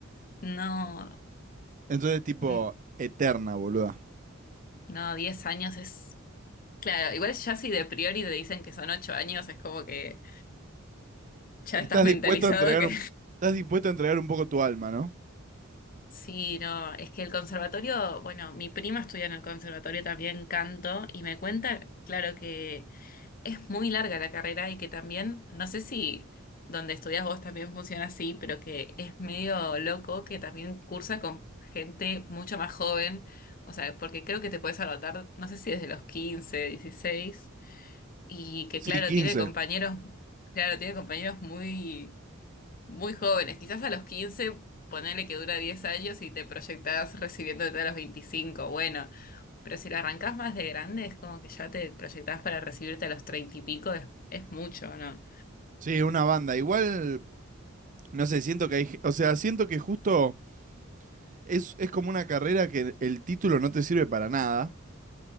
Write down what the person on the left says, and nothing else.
no,
mm,
no, 10 años es... Claro, igual ya si de priori te dicen que son 8 años, es como que ya
estás mentalizado
que
Sí, no, es que el conservatorio, bueno, mi prima estudia en el conservatorio también canto y me cuenta, claro, que es muy larga la carrera y que también, no sé si donde estudias vos también funciona así, pero que es medio loco que también cursa con gente mucho más joven, o sea, porque creo que te puedes anotar, no sé si desde los 15, 16, y que
claro,
tiene compañeros, claro, tiene compañeros muy muy jóvenes, quizás a los 15 ponele que dura 10 años y te proyectás recibiéndote a los veinticinco bueno, pero si la arrancás más de grande es como que ya te proyectás para recibirte a los 30 y pico, es, es mucho, ¿no?